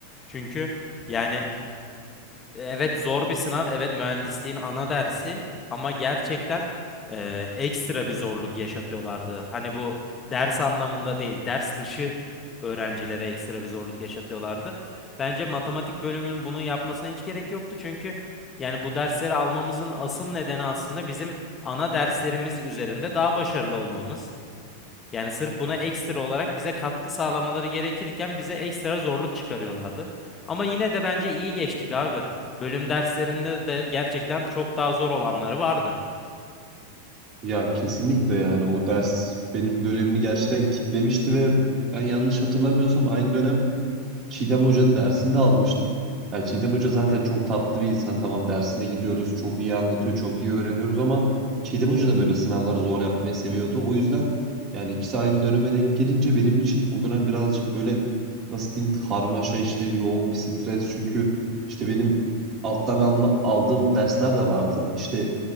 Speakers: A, on the left; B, on the right.
A: Çünkü yani Evet zor bir sınav. Evet mühendisliğin ana dersi ama gerçekten e, ekstra bir zorluk yaşatıyorlardı. Hani bu ders anlamında değil, ders dışı öğrencilere ekstra bir zorluk yaşatıyorlardı. Bence matematik bölümünün bunu yapmasına hiç gerek yoktu. Çünkü yani bu dersleri almamızın asıl nedeni aslında bizim ana derslerimiz üzerinde daha başarılı olmamız. Yani sırf buna ekstra olarak bize katkı sağlamaları gerekirken bize ekstra zorluk çıkarıyorlardı. Ama yine de bence iyi geçtik abi. Bölüm derslerinde de gerçekten çok daha zor olanları vardı.
B: Ya kesinlikle yani o ders benim dönemimi gerçekten kitlemişti ve ben yanlış hatırlamıyorsam aynı dönem Çiğdem Hoca'nın dersini de almıştım. Yani Çiğdem Hoca zaten çok tatlı bir insan. Tamam dersine gidiyoruz, çok iyi anlatıyor, çok iyi öğreniyoruz ama Çiğdem Hoca da böyle sınavları zor yapmayı seviyordu. O yüzden yani ikisi aynı döneme denk gelince benim için o dönem birazcık böyle nasıl diyeyim karmaşa işte yoğun bir stres. Çünkü işte benim alttan alma, aldığım dersler de vardı. İşte